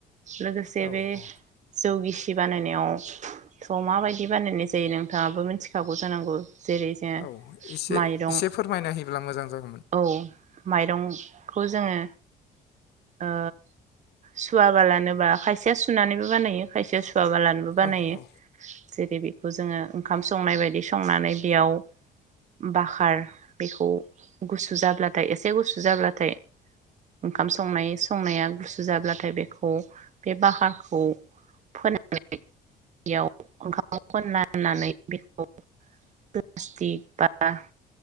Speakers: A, on the right; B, on the left.
A: लोगोसे
B: औ
A: बे
B: औ
A: जौगिसि खिथि बानायनायाव थ माबायदि बानायनाय जायो नोंथाङाबो मिथिखागौ जानांगौ। जेरै जोङो
B: औ एसे
A: माइरं
B: एसे फोरमायना होयोब्ला मोजां जागोन।
A: औ माइरंखौ जोङो ओ सुवाबालानोबा खायसेया सुनानैबो बानायो खायसेया सु बालानोबो बानायो
B: औ औ
A: जेरै बेखौ जोङो ओंखाम संनाय बायदि संनानै बेयाव बाखार बेखौ गुसु जाब्लाथाय एसे गुसु जाब्लाथाय ओंखाम संनाय संनाया गुसु जाब्लाथाय बेखौ बे बाहारखौ फोनयाव ओंखामाव फोननानै बेखौ प्लास्टिक बा